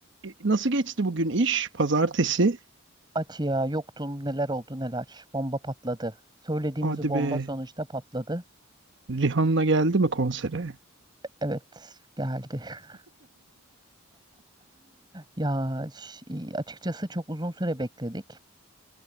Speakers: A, on the right (about 55°); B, on the right (about 20°).
A: E, Nasıl geçti bugün iş? Pazartesi.
B: Atiye yoktun neler oldu neler. Bomba patladı. Söylediğimiz
A: Hadi
B: o bomba
A: be.
B: sonuçta patladı.
A: Rihanna geldi mi konsere?
B: Evet geldi. <laughs> Ya ş- açıkçası çok uzun süre bekledik.